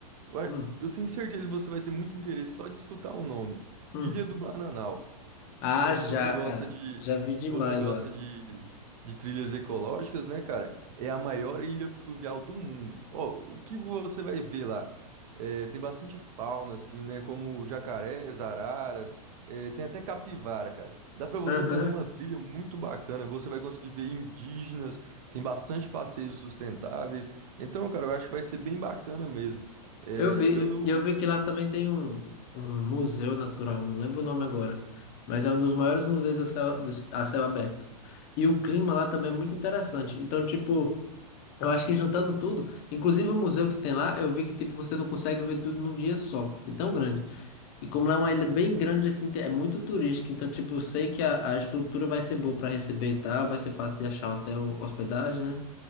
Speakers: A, on the right; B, on the left.
A: Eu, a-
B: Hum,
A: eu tenho certeza que você vai ter muito interesse só de escutar o nome.
B: hum.
A: Ilha do Bananal.
B: Ah,
A: Como
B: já,
A: você gosta
B: cara.
A: de
B: Já vi demais
A: você gosta
B: lá.
A: de, de trilhas ecológicas, né, cara? É a maior ilha fluvial do mundo. Ó, o que você vai ver lá? É, tem bastante fauna, assim, né? Como jacarés, araras, é, tem até capivara, cara. Dá pra você
B: Aham.
A: fazer uma trilha muito bacana. Você vai conseguir ver indígenas, tem bastante passeios sustentáveis. Então, cara, eu acho que vai ser bem bacana mesmo. É,
B: Eu vi,
A: pelo.
B: e eu vi que lá também tem um, um museu natural, não lembro o nome agora, mas é um dos maiores museus a céu, dos- a céu aberto. E o clima lá também é muito interessante. Então, tipo, Eu acho que juntando tudo, inclusive o museu que tem lá, eu vi que tipo você não consegue ver tudo num dia só, É tão grande. E como lá é uma ilha
A: Caraca.
B: bem grande assim, tem- é muito turística, então tipo eu sei que a, a estrutura vai ser boa para receber e tal, vai ser fácil de achar hotel, hospedagem, né?